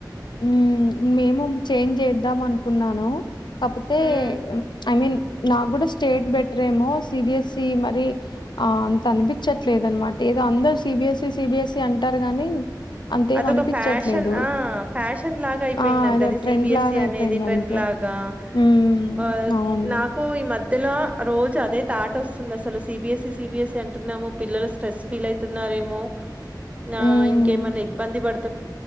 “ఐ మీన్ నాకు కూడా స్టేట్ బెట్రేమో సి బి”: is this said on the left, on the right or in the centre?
Left